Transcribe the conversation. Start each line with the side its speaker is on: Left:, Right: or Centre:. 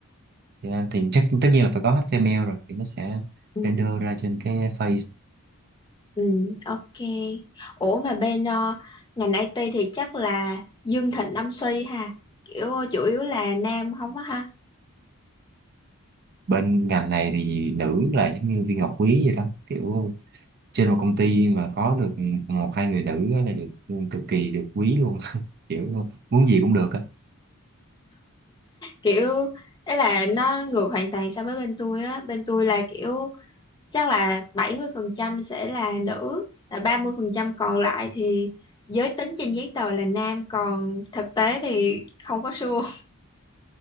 Right: thì thì chắc tất nhiên là phải có HTML rồi thì nó sẽ
Left: ừ,
Right: render ra trên cái face
Left: ừ, ok. Ủa mà bên ờ, ngành IT thì chắc là Dương Thịnh Âm Suy ha. Kiểu ờ, chủ yếu là nam không á ha.
Right: bên ngành này thì nữ là giống như viên ngọc quý vậy đó kiểu trên một công ty mà có được một hai người nữ á là được cực kỳ được quý luôn <laughs> kiểu muốn gì cũng được á
Left: Kiểu ấy là nó ngược hoàn toàn so với bên tôi á. Bên tôi là kiểu chắc là 70% sẽ là nữ, là 30% còn lại thì giới tính trên giấy tờ là nam, còn thực tế thì không có sure.